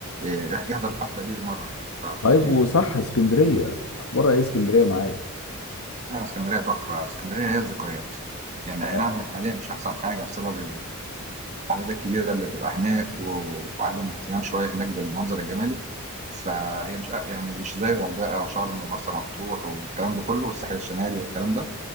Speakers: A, on the right; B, on the left.
A: آه، يحضر الحفله دي مره يعني بتاع الف
B: طيب
A: ليله وليله
B: وصح
A: دي
B: اسكندريه اخبارها ايه اسكندريه معاك
A: آه، اسكندريه تحفه اسكندريه هي الذكريات يعني
B: اه
A: اي نعم هي حاليا مش احسن حاجه بسبب العدد الكبيرة اللي تبقى هناك و- وعدم اهتمام شوية هناك بالمنظر الجمالي فهي مش يعني مش زي الغردقة وشرم ومرسى مطروح والكلام ده كله والساحل الشمالي والكلام ده